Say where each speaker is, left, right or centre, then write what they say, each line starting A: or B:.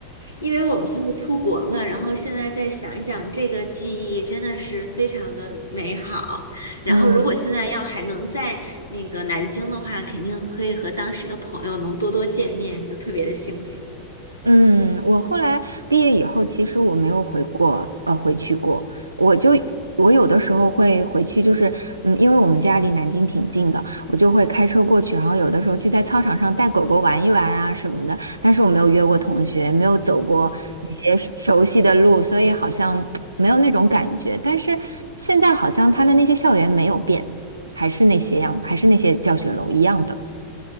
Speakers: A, on the left; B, on the right.
A: 因为我们现在出国了，然后现在再想一想，这个记忆真的是非常的美好。然后，
B: 嗯
A: 如果现在要还能在那个南京的话，肯定可以和当时的朋友能多多见面，就特别的幸福。
B: 嗯，我后来毕业以后，其实我没有回过，呃，回去过。我就我有的时候会回去，就是嗯，因为我们家离南京挺近的，我就会开车过去，然后有的时候去在操场上带狗狗玩一玩啊什么的。但是我没有约过同学，没有走过那些熟熟悉的路，所以好像没有那种感觉。但是现在好像他的那些校园没有变，还是那些样，还是那些教学楼一样的。